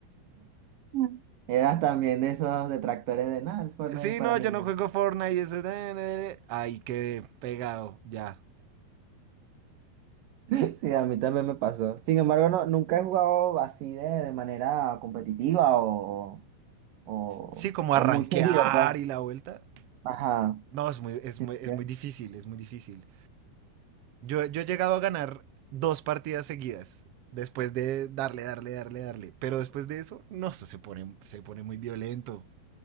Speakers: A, on the right; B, on the right.
A: Mm. Eras también de esos detractores de nada, el Fortnite
B: Sí,
A: es para
B: no,
A: niñas.
B: yo no juego Fortnite. Eso... Ahí quedé pegado, ya.
A: <laughs> Sí, a mí también me pasó. Sin embargo, no, nunca he jugado así de, de manera competitiva o, o,
B: Sí, como
A: o
B: arranquear
A: muy seguido, pues.
B: y la vuelta.
A: Ajá.
B: No, es muy, es
A: Sí,
B: muy,
A: ok.
B: es muy difícil, es muy difícil. Yo, yo he llegado a ganar dos partidas seguidas. Después de darle, darle, darle, darle. Pero después de eso, no, eso se pone, se pone muy violento.